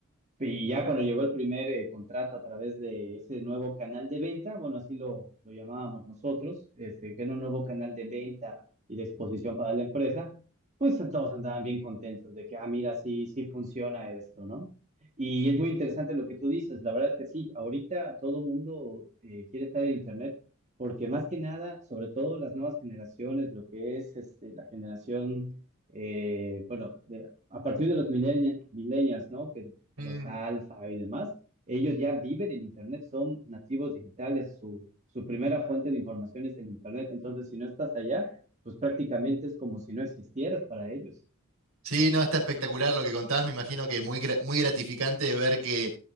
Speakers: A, on the right (about 30°); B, on the right (about 75°).
A: y ya cuando llegó el primer eh, contrato a través de ese nuevo canal de venta, bueno, así lo, lo llamábamos nosotros, este, que era un nuevo canal de venta y de exposición para la empresa, pues todos andaban bien contentos de que, ah, mira, sí, sí funciona esto, ¿no? Y es muy interesante lo que tú dices, la verdad es que sí, ahorita todo mundo eh, quiere estar en Internet, porque más que nada, sobre todo las nuevas generaciones, lo que es este, la generación eh, bueno, de- a partir de los millennia- millennials, ¿no? Que
B: Mm.
A: los alfa y demás, ellos ya viven en Internet, son nativos digitales, su, su primera fuente de información es el Internet, entonces si no estás allá, pues prácticamente es como si no existieras para ellos.
B: Sí, no, está espectacular lo que contabas. Me imagino que es muy, gra- muy gratificante de ver que